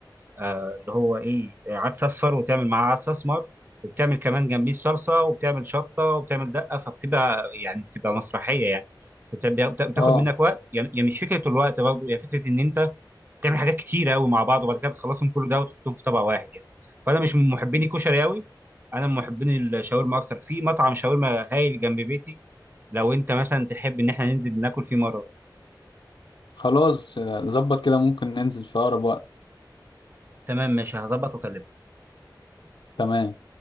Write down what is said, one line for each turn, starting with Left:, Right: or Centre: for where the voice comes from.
Right: آه، اللي هو ايه آه، عدس اصفر وبتعمل معاه عدس اسمر وبتعمل كمان جنبيه صلصه وبتعمل شطه وبتعمل دقه فبتبقى يعني بتبقى مسرحيه يعني بت- بت- بتاخد
Left: اه
Right: منك وقت يعني يعني مش فكره الوقت برضه هي فكره ان انت بتعمل حاجات كتير قوي مع بعض وبعد كده بتخلصهم كله ده وتحطهم في طبق واحد يعني فانا مش من محبين الكشري قوي انا من محبين الشاورما اكتر في مطعم شاورما هايل جنب بيتي لو انت مثلا تحب ان احنا ننزل ناكل فيه مره
Left: خلاص آه، ظبط كده ممكن ننزل في اقرب وقت
Right: تمام ماشي هظبط واكلمك
Left: تمام